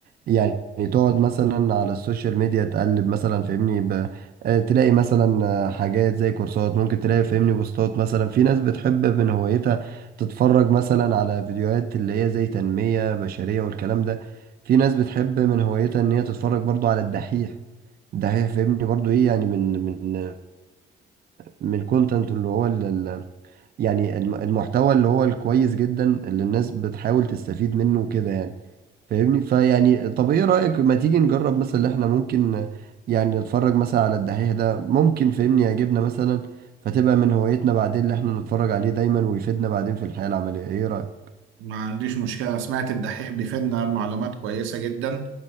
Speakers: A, on the right; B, on the right.
A: يعني تقعد مثلا على السوشيال ميديا تقلب مثلا فهمني ب... آه، تلاقي مثلا آه، حاجات زي كورسات ممكن تلاقي فهمني بوستات مثلا في ناس بتحب من هوايتها تتفرج مثلا على فيديوهات اللي هي زي تنمية بشرية والكلام ده في ناس بتحب من هوايتها ان هي تتفرج برضو على الدحيح ده هي فاهمني برضو ايه يعني من من من الكونتنت اللي هو ال ال- يعني الم- المحتوى اللي هو الكويس جدا اللي الناس بتحاول تستفيد منه وكده يعني فاهمني فيعني طب ايه رأيك ما تيجي نجرب مثلا اللي احنا ممكن يعني نتفرج مثلا على الدحيح ده ممكن فاهمني يعجبنا مثلا فتبقى من هوايتنا بعدين اللي احنا نتفرج عليه دايما ويفيدنا بعدين في الحياة العملية ايه رأيك
B: ما عنديش مشكلة أنا سمعت الدحيح بيفيدنا معلومات كويسة جدا